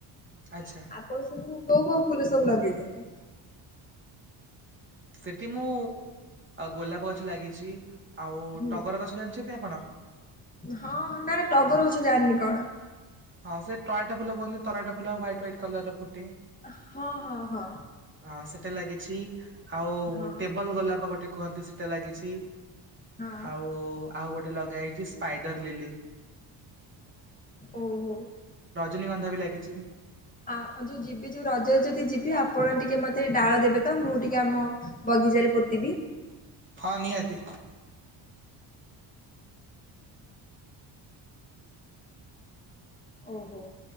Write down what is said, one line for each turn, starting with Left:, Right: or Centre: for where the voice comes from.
Right: ଆଚ୍ଛା।
Left: ଆପଣ ସବୁ କୋଉ କୋଉ ଫୁଲ ସବୁ ଲଗେଇଛନ୍ତି?
Right: ସେଠି ମୁଁ ଗୋଲାପ ଗଛ ଲାଗିଛି ଆଉ
Left: ହୁଁ
Right: ଟଗର ଗଛ ଜାଣିଛନ୍ତି ଆପଣ?
Left: ହଁ ନା ନା ଟଗର ଗଛ ଜାଣିିନି କଣ।
Right: ହଁ ସେ ତରାଟ ଫୁଲ କୁହନ୍ତି ତରାଟ ଫୁଲ ହ୍ୱାଇଟ ହ୍ୱାଇଟ କଲର ର ଫୁଟେ।
Left: ହଁ ହଁ ହଁ।
Right: ଅଁ ସେଟା ଲାଗିଛି ଆଉ
Left: ହଁ।
Right: ଟେବଲ ଗୋଲାପ ଗୋଟେ କୁହନ୍ତି ସେଟା ଲାଗିଛି।
Left: ହଁ
Right: ଆଉ ଆଉ ଗୋଟେ ଲଗା ହେଇଛି ସ୍ପାଇଡର ଲିଲି।
Left: ଓହୋ।
Right: ରଜନୀଗନ୍ଧା ବି ଲାଗିଛି।
Left: ଆ ଯୋଉ ଯିବି ଯୋଉ ରଜ ରେ ଯଦି ଯିବି ଆପଣ ଟିକେ ମତେ ଡାଳ ଦେବେ ତ ମୁଁ ଟିକେ ଆମ ବଗିଚାରେ ପୋତିିବି।
Right: ହଁ ନିଆତି।
Left: ଓହୋ।